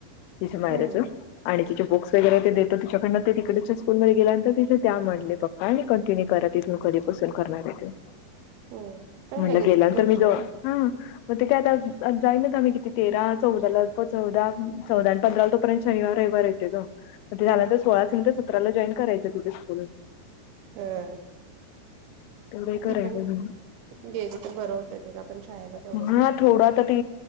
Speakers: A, on the left (about 85°); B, on the right (about 85°).
A: तिचं माहेरचं
B: हम्म
A: आणि तिचं. बुक्स वगैरे ते देतात तिच्याकडनं ते तिकडच्या स्कुल मध्ये गेल्यांत तिथं त्या म्हणले पप्पा आणि कंटिन्यू करा तिथूनं. बसून करणार आहे ते
B: हम्म काय
A: म्हणलं
B: लगेच
A: गेल्यानंतर
B: करशील
A: मी जर. मग ते काय आता जाई ना आम्ही किती ते रात.. चौदाला चौदा चौदा आणि पंधराला तोपर्यंत शनिवार रविवार येते तो. ते त्यानंतर सोळा स तर सतराला जॉईन करायचं तिे स्कूलून
B: हम्म
A: तेवढं हे
B: ती
A: करायचं
B: पण गेली तर बरं होतं तिला पण शाळेला तेवढंच
A: हा थोडं आता ती